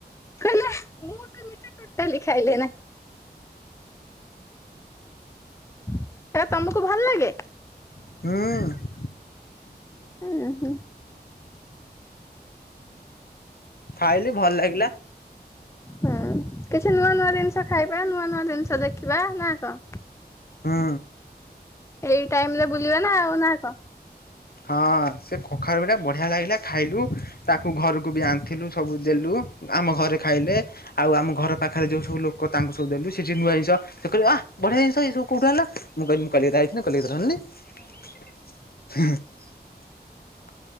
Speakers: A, on the left; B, on the left.
A: କହିଲେ, ମୁଁ ସେ ମିିଠା ଟୋଟାଲି ଖାଇଲେ ନା। ସେଟା ତମକୁ ଭଲ୍ ଲାଗେ।
B: ହୁଁ।
A: ଉଁ ହୁଁ।
B: ଖାଇଲି ଭଲ ଲାଗିଲା।
A: ହଁ କିଛି ନୂଆ ନୂଆ ଜିନିଷ ଖାଇବା। ନୂଆ ନୂଆ ଜିନିଷ ଦେଖିବା ନା କଣ?
B: ହୁଁ।
A: ଏଇ ଟାଇମରେ ବୁଲିବା ନା ଆଉ ନା କଣ।
B: ହଁ ସେ କଖାରୁ ପିଠା ବଢ଼ିଆ ଲାଗିଲା ଖାଇଲୁ, ତାକୁ ଘରକୁ ବି ଆଣିଥିଲୁ ସବୁ ଦେଲୁ। ଆମ ଘରେ ଖାଇଲେ। ଆଉ ଆମ ଘର ପାଖରେ ଯେଉଁ ସବୁ ଲୋକ ତାଙ୍କୁ ସବୁ ଦେଲୁ। ସେଠି ନୂଆ ଜିନିଷ ସେ କହିଲେ ଆଃ। ବଢିଆ ଜିନିଷ ଏ ସବୁ କୋଉଠୁ ଆଣିଲ। ମୁଁ କହିଲି ମୁଁ କଲିକତା ଯାଇଥିଲି, କଲିକତାରୁ ଆଣିଲି। <inaudible>